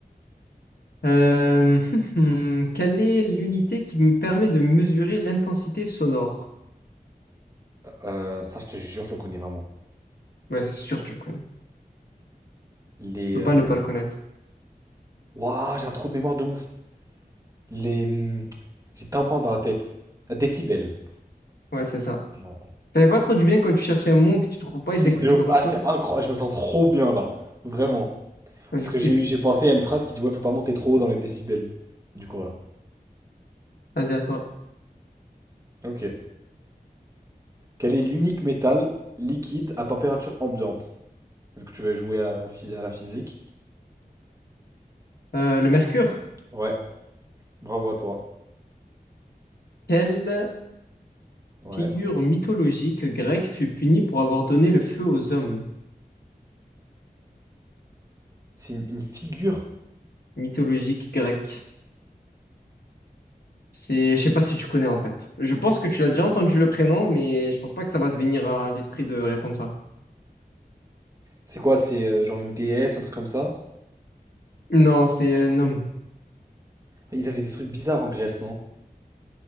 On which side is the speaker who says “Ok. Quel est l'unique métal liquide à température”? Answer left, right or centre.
Right